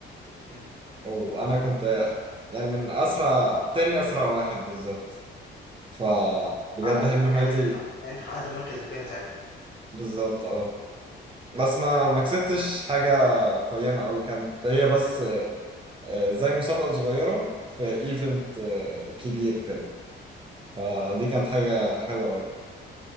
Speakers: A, on the left (about 55°); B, on the right (about 25°).
A: إمم،
B: وأنا كنت يعني من أسرع تاني أسرع واحد بالظبط فبجد
A: حقّقت
B: حلم
A: المركز
B: حياتي
A: أنت حق يعني أنت حقّقت المركز التاني ساعتها،
B: بالظبط اه بس ما ما كسبتش حاجة قيمة أوي كانت هي بس آه، زي مسابقة صغيرة في ايفنت آه، كبير كده فدي كانت حاجة حلوة أوي